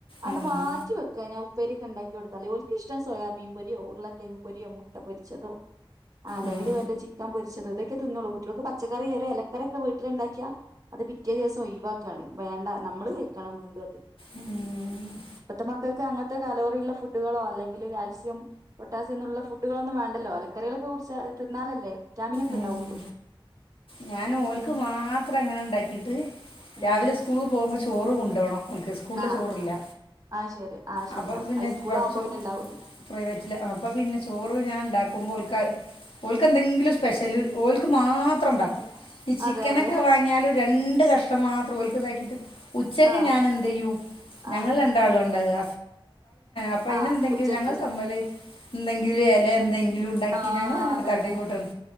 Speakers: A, on the right; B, on the left.
A: അത്
B: ഉം,
A: മാറ്റി വെക്കന ഉപേരിയൊക്കെ ഉണ്ടാക്കിടുത്താലേ ഒർക്ക് ഇഷ്ടമാ സോയാബീൻ പൊരിയോ ഉരുളക്കിഴങ്ങ് പൊരിയോ മുട്ട പൊരിച്ചതോ ആ അല്ലെങ്കിൽ
B: ഉം,
A: വല്ല ചിക്കൻ പൊരിച്ചതോ അതെ തിന്നു കുട്ടികൾക്ക് പച്ചക്കറി ഇലക്കറി ഒക്കെ വീട്ടിൽ ഉണ്ടാക്കിയ അത് പിറ്റേ ദിവസം ഒഴിവാക്കാണ് വേണ്ട നമ്മള് വക്കണംണ്ട അത്
B: ഉം,
A: മത്തമാക്ക <unintelligible> ക്ക് അങ്ങനത്തെ കലോറിയുള്ള ഫുഡുകളോ അല്ലെങ്കിൽ കാൽസ്യം പൊട്ടാസ്യംഎന്നുള്ള ഫുഡുകളോ ഒന്നും വേണ്ടല്ലോ അല്ലെ കറികളൊക്കെ കുടിച്ച തിന്നാലല്ലേ വിറ്റാമിന ഒക്കെ
B: ഉം.
A: ഉണ്ടാവുള്ളൂ
B: ഞാൻ ഓല്ക്ക് മാത്രം അങ്ങനെ ഉണ്ടാക്കിട്ട് രാവിലെ
A: ഉം
B: സ്കൂളിൽ പോകുമ്പോ ചോറ് കൊണ്ടുപോകണം ഒനിക്ക് സ്കൂളില്
A: ആഹ്
B: ചോറില്ല
A: ആഹ് ശരി ആഹ് ശരി
B: അപ്പം
A: ആഹ്
B: പിന്നെ
A: ഹൈസ്കൂൾ
B: ബസും
A: ആവുമ്പോ പിന്നെ ഉണ്ടാവൂലോ
B: പ്രൈവറ്റില് അപ്പം പിന്നെ ചോറ് ഞാൻ ഉണ്ടാക്കുമ്പോൾക്കാ ഓക്ക് എന്തെങ്കിലും സ്പെഷ്യല്ഓക്ക് മാത്രം ഉണ്ടാക്കും ഈ ചിക്കനൊക്കെ
A: അതെ അതെ
B: വാങ്ങിയാലും രണ്ട് കഷ്ണം മാത്രം ഓൾക്ക് ഇതാക്കീട്ട് ഉച്ചക്ക്
A: ആഹ്
B: ഞാൻ എന്ത് ചെയ്യും ഞങ്ങൾ
A: ആഹ്
B: രണ്ടാളും ഉണ്ടല്ലോ അപ്പ
A: ആഹ്
B: ഇതിന എന്തെങ്കിലും
A: ഉച്ചക്ക്
B: ഞങ്ങൾ എന്തെങ്കിലും എല എന്തെങ്കിലും ഉണ്ടാക്കി
A: ആ
B: ഞങ്ങൾ അങ്ങനെ
A: അതന്നെ
B: തട്ടി കൂട്ടണം